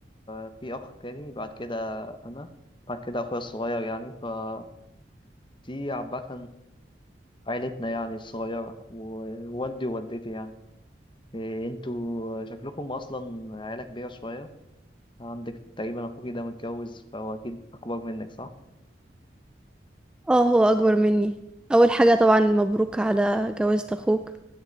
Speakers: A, on the left; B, in the centre.
A: في أخ تاني بعد كده أنا بعد كده أخويا الصغير يعني فدي عامة عيلتنا يعني الصغيرة ووالدي ووالدتي يعني إيه، انتوا شكلكم أصلا عيلة كبيرة شوية عندك تقريبا أخوكي ده متجوز فهو أكيد أكبر منك صح؟
B: اه هو اكبر مني اول حاجه طبعا مبروك على جوازة اخوك